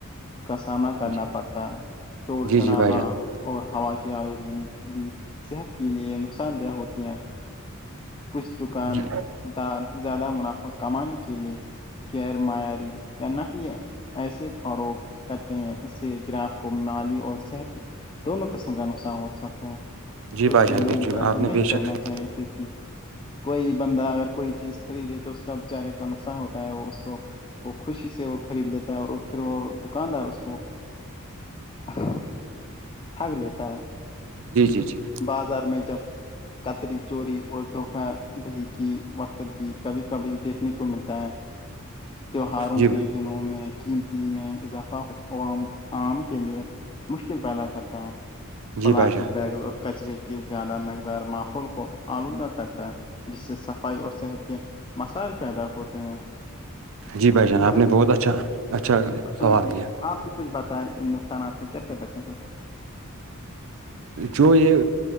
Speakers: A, on the left; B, on the right.
A: کا سامنا کرنا
B: جی
A: پڑتا ہے شور
B: جی
A: شرابہ
B: جی بھائی جان
A: اور ہوا کی آلودی بھی صحت کے لیے نقصان دہ ہوتے ہیں کچھ دکاندار
B: جی
A: زیادہ منافع کمانے کے لیے گغیر معیاری یا نکلی ہے ایسے فروغ کرتے ہیں اس سے گراہک کو مالی اور صحت دونوں قسم کا نقصان ہو سکتا ہے
B: جی
A: تو
B: بھائی
A: اس لیے
B: جان
A: لوگوں
B: بے چک
A: کو ایسا
B: آپ
A: نہیں
B: نے بے
A: کرنا
B: شک سے
A: چاہیے کیکہ کوئی بندہ اگر کوئی چیز خریدے تو اس کا بچارے کا نقصان ہوتا ہوتا وہ اس کو وہ خوشی سے وہ خرید لیتا ہے اور وہ پھر وہ دکاندار اس کو ہ ٹھگ لیتا ہے
B: جی جی جی
A: بازار میں جب کتری چوری اور دھوکہ دہی کی وقت بھی کبھی کبھی دیکھنے کو ملتا ہے تیوہاروں
B: جی
A: کے دنوں میں قیمتی میں اضافہ ہو عام عام کے لیے مشکل پیدا کرتا ہے
B: جی
A: پلاسٹک
B: بھائی جان
A: بیگ اور کچرے کے زیادہ مقدار ماحول کو آلودہ کرتا ہے جس سے صفائی اور صحت کے مسائل پیدا ہوتے ہیں
B: جی بھائی جان
A: ان سے
B: آپ نے بہت اچھا اچھا سوال
A: ہاں جی
B: کیا
A: آپ بھی کچھ بتائیں ان نقصانات سے کیسے بچے ہیں
B: جو یہ